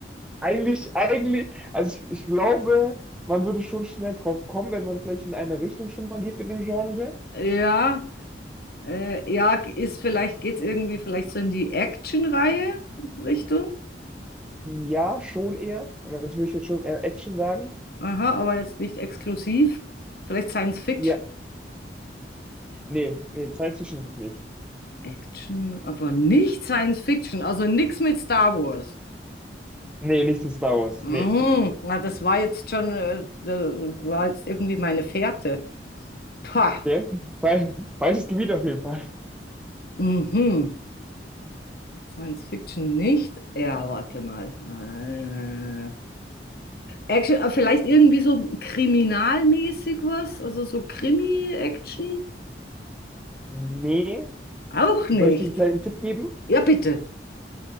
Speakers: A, in the centre; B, on the left.
A: Eigentlich, eigentlich, also ich, ich glaube, man würde schon schnell drauf kommen, wenn man vielleicht in eine Richtung schon mal geht mit dem Genre.
B: Ja. Äh, ja, ist vielleicht, geht's irgendwie vielleicht so in die Action-Reihe Richtung.
A: Ja, schon eher. Aber jetzt würde ich jetzt schon eher Action sagen.
B: Aha, aber jetzt nicht exklusiv. Vielleicht Science Fiction.
A: Ja, nee, nee, Science Fiction ist es nicht.
B: Action, aber nicht Science Fiction, also nichts mit Star Wars.
A: Nee, nicht zu Star Wars.
B: Mhm,
A: Nee.
B: na, das war jetzt schon, äh, da war jetzt irgendwie meine Fährte. Pah,
A: Okay. Fal- Falsches Gebiet auf jeden Fall.
B: mhm. Science Fiction nicht. Ja, warte mal. Äh, Action, äh, vielleicht irgendwie so kriminalmäßig was, also so Krimi-Action.
A: Nee,
B: Auch nicht.
A: soll ich dir einen kleinen Tipp geben?
B: Ja, bitte.